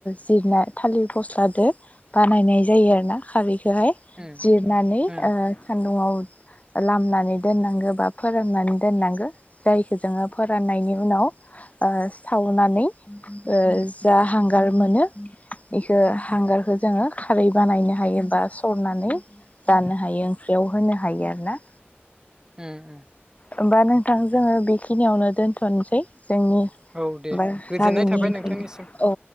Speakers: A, on the left; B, on the right.
A: जिरना थालिर फस्लाजों बानायनाय जायो आरो ना खारै बेहाय
B: उम
A: जिरनानै ओ
B: उम
A: सान्दुं आव लामनानै दोननांगो बा फोराननानै दोननांगो जायखो जोङो फोराननायनि उनाव ओ सावनानै ओ जा हांगार मोनो इखो हांगारखो जोङो खारै बानायनो हायो बा सरनानै जानो हायो ओंख्रियाव होनो हायो आरोना।
B: उम उम।
A: होमबा नोंथां जोङो बेखिनियावनो दोनथ'नसै जोंनि
B: औ दे
A: बार
B: गोजोननाय
A: हारिनि
B: थाबाय
A: ओंख्रि
B: नोंथांनिसिम
A: औ